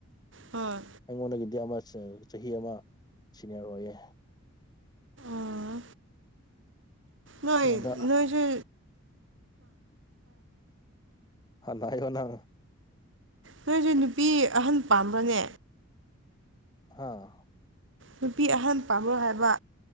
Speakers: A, on the right (about 60°); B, on the left (about 20°).
A: ꯍꯣꯏ
B: ꯑꯩꯉꯣꯟꯗꯒꯤꯗꯤ ꯑꯃ ꯆꯥꯍꯤ ꯑꯃꯥ ꯁꯤꯅꯤꯌꯔ ꯑꯣꯏꯌꯦ
A: ꯎꯝ ꯅꯣꯏ
B: ꯀꯩꯅꯣꯗ
A: ꯅꯣꯏꯁꯦ
B: ꯍꯥꯟꯅꯥ ꯍꯥꯏꯌꯣ ꯅꯪꯅꯥ
A: ꯅꯣꯏꯁꯦ ꯅꯨꯄꯤ ꯑꯍꯟ ꯄꯥꯝꯕꯔꯅꯦ
B: ꯍꯥꯥ
A: ꯅꯨꯄꯤ ꯑꯥꯍꯟ ꯄꯥꯝꯕꯔꯣ ꯍꯥꯏꯕ